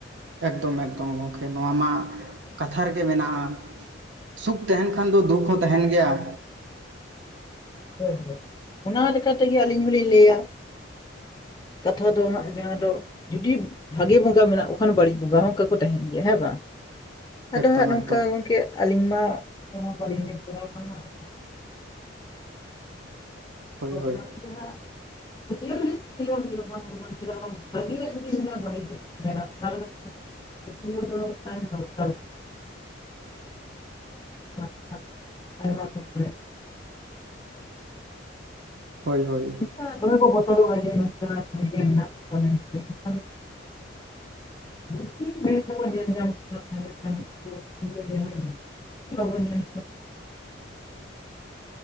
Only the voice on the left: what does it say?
ᱦᱮᱸ ᱦᱮᱸ। ᱚᱱᱟ ᱛᱮᱜᱮ ᱟᱹᱞᱤᱧ ᱦᱚᱞᱤᱧ ᱞᱟᱹᱭᱟ ᱠᱟᱛᱷᱟ ᱫᱚ ᱦᱟᱸᱜ ᱡᱟᱦᱟᱸ ᱫᱚ ᱼᱼ ᱡᱩᱫᱤ ᱵᱷᱟᱜᱤ ᱵᱚᱸᱜᱟ ᱢᱮᱱᱟᱜ ᱠᱚ ᱠᱷᱟᱱ ᱵᱟᱹᱲᱤᱡ ᱵᱚᱸᱜᱟ ᱦᱚᱸ ᱚᱱᱠᱟ ᱠᱚ ᱛᱟᱦᱮᱱ ᱜᱮᱭᱟ ᱦᱮᱸ ᱵᱟᱝ? ᱟᱫᱚ
ᱦᱟᱸᱜ ᱱᱚᱝᱠᱟ
ᱜᱚᱢᱠᱮ ᱟᱹᱞᱤᱧ ᱢᱟ ᱚᱱᱠᱟ ᱢᱟ <unintelligible>
ᱛᱚ
ᱚᱱᱟ ᱛᱮᱜᱮ ᱦᱟᱸᱜ <inaudible> ᱯᱟᱹᱛᱭᱟᱹᱣ ᱫᱚᱞᱤᱧ ᱯᱟᱹᱛᱭᱟᱹᱣᱟᱜ ᱜᱮᱭᱟ ᱵᱟᱝ ᱫᱚ ᱵᱟᱝ ᱪᱮᱫᱟᱜ ᱵᱟᱝ ᱵᱷᱟᱜᱮᱭᱟᱜ ᱡᱩᱫᱤ ᱛᱟᱦᱮᱱᱟ ᱵᱟᱹᱲᱤᱡᱟᱜ ᱦᱚᱸ ᱛᱟᱦᱮᱱᱟ ᱾ ᱯᱟᱹᱛᱭᱟᱹᱣ ᱫᱚ ᱛᱟᱦᱮᱱ ᱫᱚᱨᱠᱟᱨ ᱜᱮ। <inaudible> <unintelligible> ᱟᱭᱢᱟ ᱚᱱᱠᱟ
ᱚᱱᱠᱟ ᱫᱚᱢᱮ ᱠᱚ ᱵᱚᱛᱚᱨᱚᱜ-ᱟ ᱡᱮ ᱱᱚᱝᱠᱟ <unintelligible> ᱜᱮ ᱦᱮᱱᱟᱜ ᱠᱚᱣᱟ ᱢᱮᱱᱛᱮ ᱾ ᱡᱩᱫᱤ ᱢᱮᱫ ᱛᱮᱵᱚᱱ ᱧᱮᱞ ᱧᱟᱢ ᱠᱚᱣᱟ ᱛᱟᱦᱚᱞᱮ ᱠᱷᱟᱱ ᱵᱟᱵᱚᱱ ᱧᱮᱞ ᱠᱚᱣᱟ ᱦᱮᱸ